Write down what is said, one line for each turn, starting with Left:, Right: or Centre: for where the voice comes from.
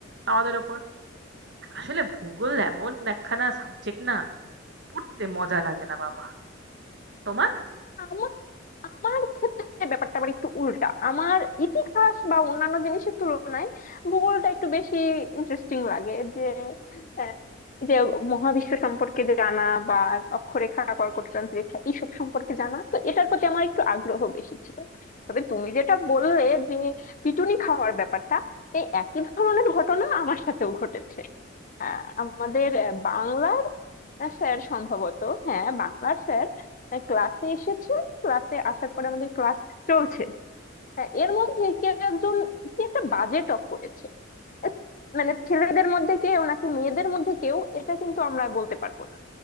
Right: আমাদের ওপর আসলে ভূগোল এমন একখানা সাবজেক্ট না পড়তে মজা লাগে না বাবা তোমার
Left: হ্যাঁ, আমার ক্ষেত্রে ব্যাপারটা আবার একটু উল্টা আমার ইতিহাস বা অন্যান্য জিনিসের তুলনায় ভূগোলটা একটু বেশি ইন্টারেস্টিং লাগে যে আহ, যে মহাবিশ্ব সম্পর্কে জানা বা অক্ষরেখা কর্কটক্রান্তি রেখা এইসব সম্পর্কে জানা তো এটার প্রতি আমার একটু আগ্রহ বেশি ছিল তবে তুমি যেটা বললে যে পিটুনি খাওয়ার ব্যাপারটা এই একই ধরনের ঘটনা আমার সাথেও ঘটেছে আহ, আমাদের আহ, বাংলা আহ স্যার সম্ভবত হ্যাঁ বাংলার স্যার আহ ক্লাসে এসেছে ক্লাসে আসার পরে আমাদের ক্লাস চলছে হ্যাঁ, এর মধ্যে কি একজন কি একটা বাজে টক করেছে এস, মানে ছেলেদের মধ্যে কেউ নাকি মেয়েদের মধ্যে কেউ এটা কিন্তু আমরা বলতে পারবো না